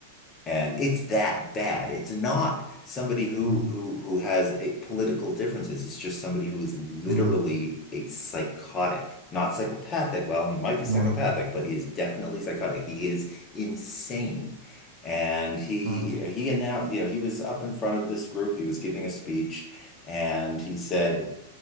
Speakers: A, on the left; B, on the right.
A: And it's that bad. It's not somebody who
B: mm,
A: who who has a political differences. It's just somebody who is literally
B: mm,
A: a psychotic, not psychopathic. Well, he might be psychopathic,
B: mm,
A: but he is definitely psychotic. He is insane. And he
B: mm.
A: he announced, you know, he was up in front of this group. He was giving a speech, and he said.